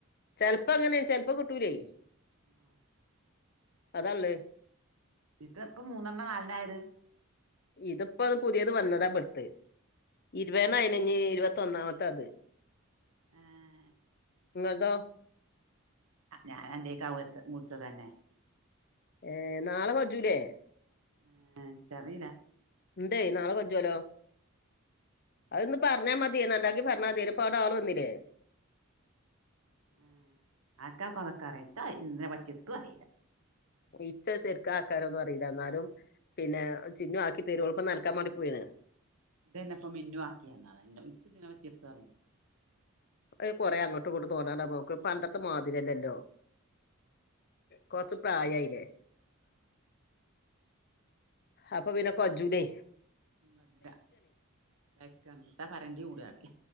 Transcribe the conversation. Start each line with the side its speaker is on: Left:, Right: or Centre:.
Left: ചെലപ്പോ അങ്ങനെ ചെലപ്പോ കിട്ടൂലേ
Right: <inaudible>
Left: അതല്ലേ
Right: ഇതെപ്പം മൂന്നെണ്ണം വാലിടായത്
Left: ഇതിപ്പോ അത് പുതിയത് വന്നതാ ഇപടുത്തെ ഇരുപേനാതിനിഞ്ഞീ ഇരുപത്തൊന്നാമത്തെ അത്
Right: ആഹ്
Left: നിങ്ങളെതാ
Right: ഞാൻ എന്റെ <unintelligible> മുറിച്ച തന്നെ
Left: ഏ നാളെ വാച്ചൂല്ലേ
Right: ആഹ് എനിക്ക് അറിയില്ല
Left: എന്തേ നാളെ പറ്റുവലോ അതൊന്ന് പറഞ്ഞാ മതിയേന്നണ്ടാക്കി പറഞ്ഞാ മതിയേ ഇപ്പ അവിടെ ആള് വന്നില്ലേ
Right: ഉം ആർക്കാ ഇപ്പ അതക്കറിയാ <unintelligible> എക്കു അറിയില്ല
Left: ഇച്ച് ശരിക്ക് ആക്കാനൊന്നും അറിയില്ല എന്നാലും പിന്നെ ചിന്നു ആക്കി തരും അവളിപ്പോ നടക്കാൻ വേണ്ടി പോയിണ്
Right: ഇതന്നെപ്പം മിന്നുവാക്കിന്നതാ ഇച്ച്ദിനപറ്റി എത്തും അറി
Left: അ കൊറെ അങ്ങട്ട് ഇങ്ങട്ടും തോന്ണ്ടണ്ടാ നമക്ക് പണ്ടത്തെ മാതിരില്ലല്ലോ. കൊറച്ച് പ്രായയില്ലേ അപ്പൊ പിന്നെ കജ്ജുലെ
Right: <unintelligible> എത്ത പറയണ്ടേ പുഡീല്ല